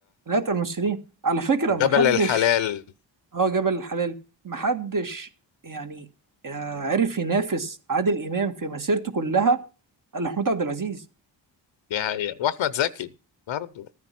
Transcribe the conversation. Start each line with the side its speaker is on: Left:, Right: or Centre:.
Right: من أتقل الممثلين على فكرة
Left: وجبل
Right: محدش
Left: الحلال
Right: اه جبل الحلال محدش يعني آه، عرف ينافس عادل إمام في مسيرته كلها إلا محمود عبد العزيز
Left: دي حقيقة وأحمد زكي برضه